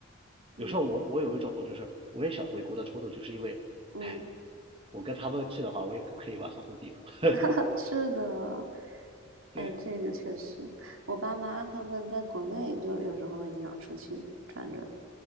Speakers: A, on the right; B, on the right.
A: 有时候我我有一种就是我也想回国的冲动，
B: 嗯
A: 就是因为，
B: 嗯，
A: 哎，我跟他们去的话，我也可以玩好多地方。<laughs>
B: <laughs> 是的，
A: 对，
B: 哎，这个确实，我爸妈他们在国内就有时候会经常出去转转，